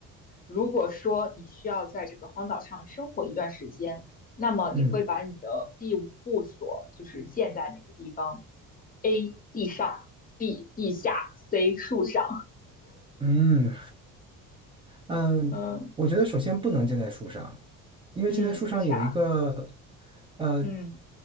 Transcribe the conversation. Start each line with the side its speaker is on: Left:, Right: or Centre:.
Left: 如果说你需要在这个荒岛上生活一段时间，那么你会把你的庇护所就是建在哪个地方
Right: 嗯
Left: ？A 地上，B 地下，C 树上。
Right: 嗯，嗯，
Left: 嗯
Right: 我觉得首先不能建在树上，因为建在树上有一个，
Left: 嗯，为啥？
Right: 呃，
Left: 嗯